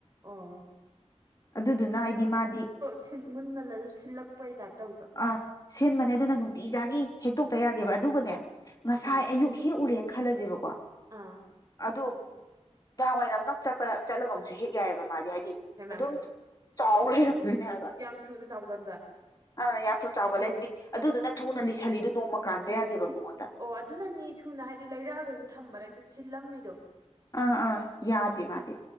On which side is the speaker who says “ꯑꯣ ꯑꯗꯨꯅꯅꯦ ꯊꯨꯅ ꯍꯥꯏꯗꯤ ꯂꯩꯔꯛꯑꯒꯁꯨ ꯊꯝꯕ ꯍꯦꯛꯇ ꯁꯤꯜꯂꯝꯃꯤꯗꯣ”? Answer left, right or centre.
Right